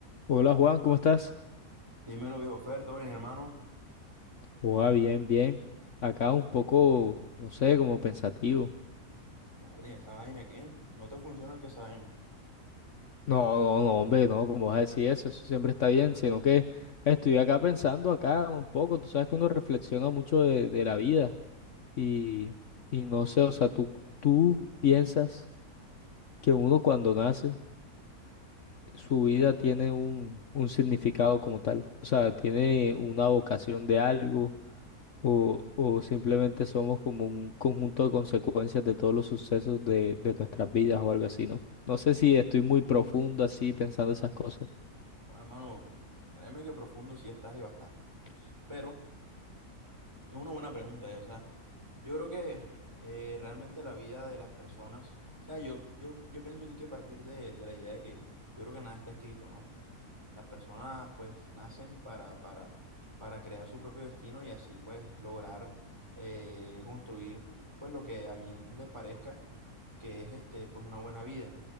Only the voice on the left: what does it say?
Hola Juan, ¿cómo estás?
Hola, bien, bien. Acá un poco, no sé, como pensativo.
No, no, no, hombre, no, como vas a decir eso? Eso siempre
está bien, sino que estoy acá pensando acá un poco. Tú sabes que uno reflexiona mucho de, de la vida y, y no sé, o sea, tú, tú piensas que uno cuando nace, su vida tiene un, un significado como tal. O sea, tiene una vocación de algo O, o simplemente somos como un conjunto de consecuencias de todos los sucesos de, de nuestras vidas o algo así, ¿no? No sé si estoy muy profundo así pensando esas cosas.